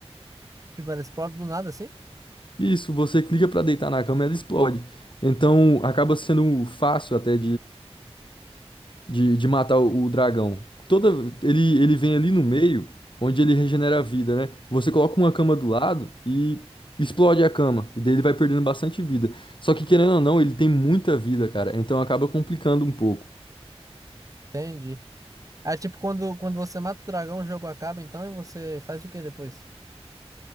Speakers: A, on the right; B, on the left.
A: Tipo, ele explode do nada, assim?
B: Isso, você clica pra deitar na cama, ela explode. Então, acaba sendo fácil até de, de matar o, o dragão. Toda, ele, ele vem ali no meio, onde ele regenera a vida, né? Você coloca uma cama do lado e explode a cama. E daí ele vai perdendo bastante vida. Só que, querendo ou não, ele tem muita vida, cara. Então acaba complicando um pouco.
A: Entendi. Aí, tipo, quando, quando você mata o dragão, o jogo acaba, então, e você faz o que depois?